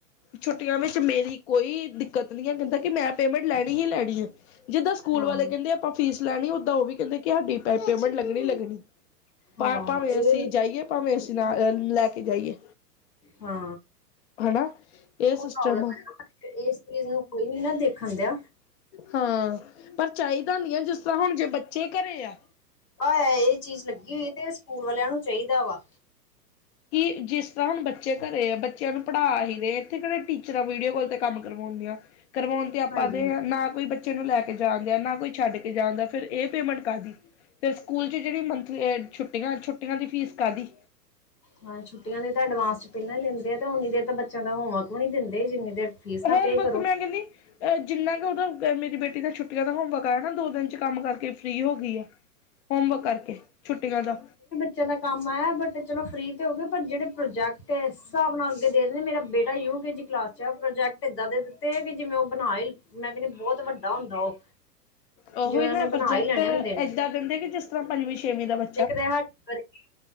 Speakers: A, on the left (about 45°); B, on the left (about 80°).
A: ਛੁੱਟੀਆਂ ਵਿੱਚ ਮੇਰੀ ਕੋਈ ਦਿੱਕਤ ਨੀ ਆ ਕਹਿੰਦਾ ਕਿ ਮੈਂ ਪੇਮੈਂਟ ਲੈਣੀ ਹੀ ਲੈਣੀ ਆ। ਜਿੱਦਾਂ ਸਕੂਲ
B: ਹਾਂ
A: ਵਾਲੇ ਕਹਿੰਦੇ ਆ। ਆਪਾਂ ਫੀਸ ਲੈਣੀ, ਓਦਾ ਉਹ ਵੀ ਕਹਿੰਦੇ ਕਿ ਸਾਡੀ ਪ ਪੇਮੈਂਟ ਲੱਗਣੀ-ਲੱਗਣੀ। ਭਾ
B: ਹਾਂ
A: ਭਾਵੇਂ
B: ਇਹ
A: ਅਸੀਂ ਜਾਈਏ, ਭਾਵੇਂ
B: ਪਤਾ
A: ਅਸੀਂ ਨਾ
B: ਨੀ
A: ਲ ਲੈ ਕੇ ਜਾਈਏ।
B: ਹਾਂ
A: ਹਨ ਇਹ ਸਿਸਟਮ
B: ਉਹ ਪ੍ਰੋਬਲਮ
A: ਆ
B: ਹੈ ਇਸ ਚੀਜ਼ ਨੂੰ ਕੋਈ ਨੀ ਨਾ ਦੇਖਣ ਦਿਆਂ।
A: ਹਾਂ ਪਰ ਚਾਹੀਦਾ ਨ ਆ ਜਿਸ ਤਰ੍ਹਾਂ ਹੁਣ ਜੇ ਬੱਚੇ ਘਰੇ ਆ
B: ਆ ਇਹ ਚੀਜ਼ ਲੱਗੀ ਹੋਈ ਤੇ ਸਕੂਲ ਵਾਲਿਆਂ ਨੂੰ ਚਾਹੀਦਾ ਵਾ।
A: ਕਿ, ਜਿਸ ਤਰ੍ਹਾਂ ਹੁਣ ਬੱਚੇ ਘਰੇ ਆ ਬੱਚਿਆਂ ਨੂੰ ਪੜ੍ਹਾ ਹੀ ਦੇ, ਇੱਥੇ ਕਿਹੜੇ ਟੀਚਰਾਂ ਵੀਡੀਓ ਕਲ ਤੇ ਕੰਮ ਕਰਵਾਉਂ ਦੀਆਂ ਕਰਵਾਉਣ ਤੇ ਆਪਾਂ
B: ਹਾਂਜੀ
A: ਦੇ ਹ ਨਾ ਕੋਈ ਬ ਬੱਚੇ ਨੂੰ ਲੈ ਕੇ ਜਾਣ ਦ ਨਾ ਕੋਈ ਛੱਡ ਕੇ ਜਾਣ ਦਾ ਫਿਰ ਇਹ ਪੇਮੈਂਟ ਕਾਹਦੀ ਫਿਰ ਸਕੂਲ ਚ ਜਿਹੜੀ ਮੰਥਲੀ ਛੁੱਟੀਆਂ, ਛੁੱਟੀਆਂ ਦੀ ਫੀਸ ਕਾਹਦੀ।
B: ਹਾਂ, ਛੁਟੀਆਂ ਦੇ ਤਾਂ ਐਡਵਾਂਸ ਚ ਪਹਿਲਾਂ ਹੀ ਲੈਂਦੇ ਆ। ਤੇ ਉਓਨੀ ਦੇਰ ਤਾਂ ਬੱਚਿਆਂ ਦਾ ਹੋਮਵਰਕ ਵੀ ਨਹੀਂ ਦਿੰਦੇ ਜਿੰਨੀ ਦੇਰ ਫੀਸ ਨਾ
A: ਹੋਮਵਰਕ
B: ਪੇ ਕਰੋ
A: ਮੈਂ ਕਹਿੰਦੀ, ਅਹ ਜਿੰਨਾ ਕੁ ਉਹਦਾ ਪਰ ਮੇਰੀ ਬੇਟੀ ਦਾ ਛੁੱਟੀਆਂ ਦਾ ਹੋਮਵਰਕ ਆਇਆ ਨਾ ਦੋ ਦਿਨ ਚ ਕੰਮ ਕਰਕੇ ਫ੍ਰੀ ਹੋ ਗੀ ਆ। ਹੋਮਵਰਕ ਕਰਕੇ, ਛੁੱਟੀਆਂ ਦਾ।
B: ਬਚਿਆ ਕੰਮ ਆਇਆ, ਬਟ ਚਲੋ ਫ੍ਰਰੀ ਤੇ ਹੋ ਗਏ ਪਰ ਜਿਹੜੇ ਪ੍ਰੋਜੈਕਟ ਏ ਇਸ ਹਿਸਾਬ ਨਾਲ ਅੱਗੇ ਦੇ ਦਿੰਦੇ ਮੇਰਾ ਬੇਟਾ ਯੂਕੇਜੀ ਕਲਾਸ ਚ, ਉਹ ਪ੍ਰੋਜੈਕਟ ਏਦਾਂ ਦੇ ਦਿੱਤੇ ਕਿ ਜਿਵੇਂ ਉਹ ਬਣਾ ਈ ਮੈਂ ਕਹਿੰਦੀ ਬਹੁਤ ਵੱਡਾ ਹੁੰਦਾ ਉਹ।
A: ਉਹੀ
B: ਜਿਵੇਂ
A: ਨਾ
B: ਉਹਨੇ
A: ਪ੍ਰੋਜੈਕਟ
B: ਬਣਾ ਹੀ ਲੈਣੇ ਹੁੰਦੇ ਨੇ
A: ਏਦਾਂ ਦਿੰਦੇ, ਕਿ ਜਿਸ ਤਰ੍ਹਾਂ ਪੰਜਵੀਂ ਛੇਵੀਂ ਦਾ ਬੱਚ
B: ਇੱਕ ਤੇ ਹੈਲਪ ਕਰਨੀ।